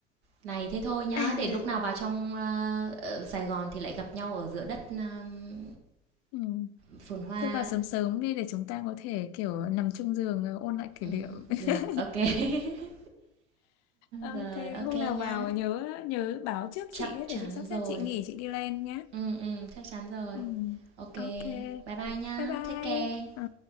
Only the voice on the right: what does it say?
Này thế thôi nhá,
để
lúc nào vào trong ờ, ờ, Sài Gòn thì lại gặp nhau ở giữa đất ờm,
phồn hoa.
Ừm,
được, ok. <laughs>
Rồi, ok
nhá.
Chắc
chắn
rồi.
Ừ, ừ, chắc chắn rồi.
Ok,
bye bye nhá.
Take care.